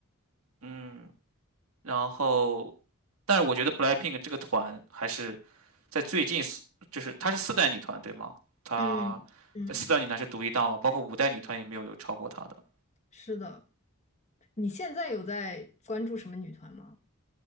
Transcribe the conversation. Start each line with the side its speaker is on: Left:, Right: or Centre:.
Right: 嗯，然后。但是我觉得 BLACKPINK 这个团还是在最近四，就是她是四代女团对吗？她在四代女团是独一档嘛，
Left: 嗯嗯，
Right: 包括五代女团也没有有超过她的。
Left: 是的。你现在有在关注什么女团吗？